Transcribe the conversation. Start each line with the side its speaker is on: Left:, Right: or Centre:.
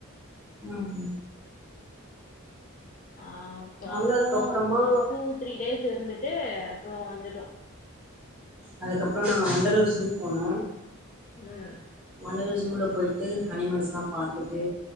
Centre: உம்
Left: ஆ
Centre: நாங்களு
Left: அப்புறம்
Centre: அதுக்கப்புறமா
Left: டூ த்ரீ டேஸ் இருந்துட்டு அப்புறம் வந்துட்டோ
Centre: அதுக்கப்புறம் நாங்க வண்டலூர் ஜூ போனோம்
Left: உம்
Centre: வண்டலுர் ஜூல போய்ட்டு அனிமல்ஸ்லா பார்த்துட்டு